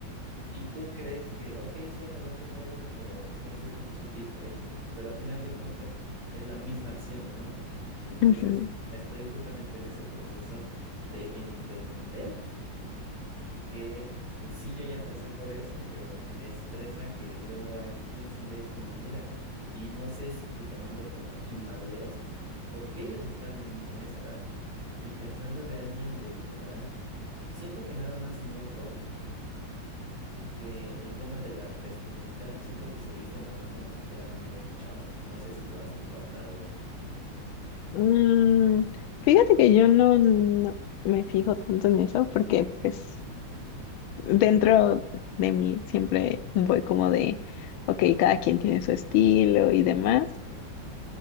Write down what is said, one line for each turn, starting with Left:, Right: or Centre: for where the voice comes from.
Right: Y tú crees que, ok, sí, ya pasaste por eso, pero estos tiempos son diferentes, pero a final de cuentas es la misma acción, ¿no? Entonces,
Left: ujú.
Right: estoy justamente en ese proceso de entender que, pues sí, yo ya pasé por eso, pero me estresa que luego hay- piensen de esa manera y no sé si, si tomarlo como inmadurez, porque ellos están en, en esa edad. Y pensando de alguien de mi edad, siento que nada más noto que el tema de la vestimenta, siento que se visten aún como si fueran muy chavos. No sé si lo has notado eso.
Left: Mm, fíjate que yo no, no me fijo tanto en eso porque pues dentro de mí siempre voy como de, ok, cada quien tiene su estilo y demás.
Right: Ujú.